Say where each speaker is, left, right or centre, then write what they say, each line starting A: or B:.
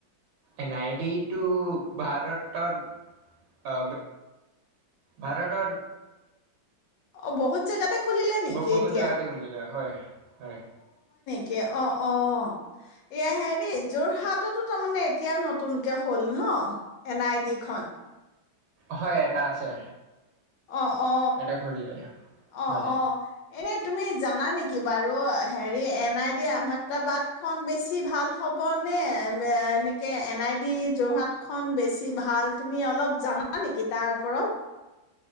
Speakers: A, on the right; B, on the left.
A: এন আই ডি টো ভাৰতত ভাৰতত
B: অ বহুত জেগাতে খুলিলে নেকি
A: বু বহুত
B: এতিয়া
A: জগাতে খুুলিলে হয় হয়
B: কে অ অ এ হেৰি যোৰহাটতো তাৰমানে এতিয়া নতুনকে হ'ল ন এন আই ডি খন
A: হয় এটা আছে
B: অ অ
A: এটা খুলিলে
B: অ
A: হয়
B: অ এনে তুমি জানা নেকি বাৰু হেৰি এন আই ডি আহমেদাবাদখন বেছি ভাল হ'ব নে এনেকে এন আই ডি যোৰহাটখন বেছি ভাল তুমি অলপ জানা নেকি তাৰ ওপৰত